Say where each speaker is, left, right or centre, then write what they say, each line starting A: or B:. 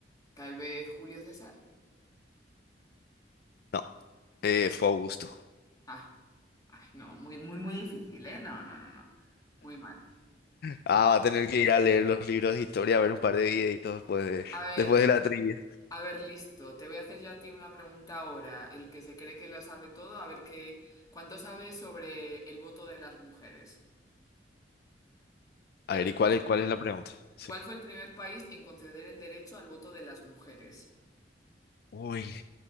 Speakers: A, on the left; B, on the left.
A: tal vez Julio César.
B: No, eh, fue Augusto.
A: Ah, ay, no, muy, muy, muy difícil, ¿eh? No, no, no, no, muy mal.
B: Ah, va a tener que ir a leer los libros de historia, a ver un par de videitos después de,
A: A ver,
B: después de la trivia.
A: a ver, listo, te voy a hacer yo a ti una pregunta ahora, el que se cree que lo sabe todo, a ver qué, ¿cuánto sabes sobre el voto de las mujeres? Te
B: A ver,
A: pregunto,
B: ¿y cuál es, cuál es la pregunta? Sí.
A: ¿cuál fue el primer país en conceder el derecho al voto de las mujeres?
B: Uy,